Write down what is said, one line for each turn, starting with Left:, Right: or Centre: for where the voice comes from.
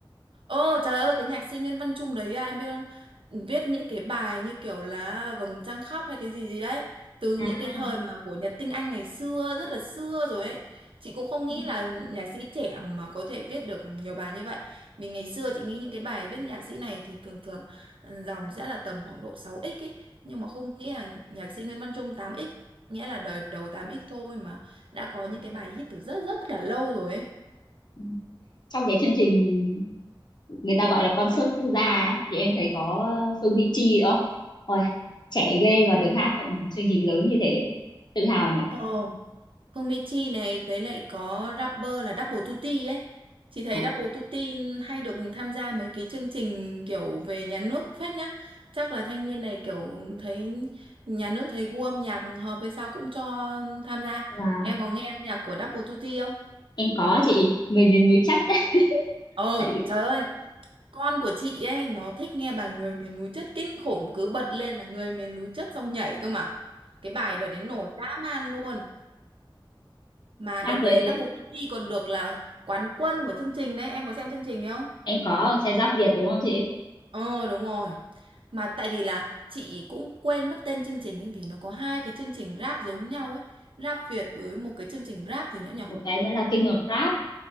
Right: Ồ trời ơi cái nhạc sĩ Nguyễn Văn Trung đấy à, em biết không viết những cái bài như kiểu là Vầng Trăng Khóc hay cái gì gì đấy từ
Left: à
Right: những cái thời mà của Nhật Tinh Anh ngày xưa rất là xưa rồi ấy chị cũng không nghĩ
Left: ừ,
Right: là nhạc sĩ trẻ mà có thể viết được nhiều bài như vậy vì ngày xưa chị nghĩ những cái bài viết nhạc sĩ này thì thường thường ừ, dòng sẽ là tầm khoảng độ 6x ấy nhưng mà không nghĩ là nhạc sĩ Nguyễn Văn Trung 8x nghĩa là đời đầu 8x thôi mà đã có những cái bài hit từ rất rất là lâu rồi ấy
Left: ừ. trong cái chương trình người ta gọi là concert quốc gia ấy, thì em thấy có ờ, Phương Mỹ Chi đó ôi trẻ ghê và được hát tận chương trình lớn như thế tự hào nhỉ
Right: Ồ Phương Mỹ Chi này với lại có rapper là Double Tutti ấy. Chị thấy
Left: Đó.
Right: Double Tutti hay được tham gia mấy cái chương trình kiểu về nhà nước phết nhá. Chắc là thanh niên này kiểu thấy nhà nước thấy gu âm nhạc hợp hay sao cũng cho tham gia.
Left: và
Right: Em có nghe nhạc của Double Tutti không?
Left: em có chị người miền núi chắc <laughs>
Right: Ồ
Left: tại vì
Right: trời ơi, con của chị ấy nó thích nghe bài Người miền núi chất kinh khủng cứ bật lên là Người miền núi chất xong nhảy cơ mà. Cái bài đợt đấy nổi dã man luôn. Mà
Left: hát
Right: đợt
Left: với
Right: đấy Double Duty còn được là quán quân của chương trình đấy, em có xem chương trình đấy không?
Left: em có xe giáp Việt đúng không chị
Right: Ờ đúng rồi. Mà tại vì là chị cũng quên mất tên chương trình ấy vì nó có hai cái chương trình rap giống nhau ấy, rap Việt với một cái chương trình rap gì nữa nhở
Left: một cái nữa là King of Rap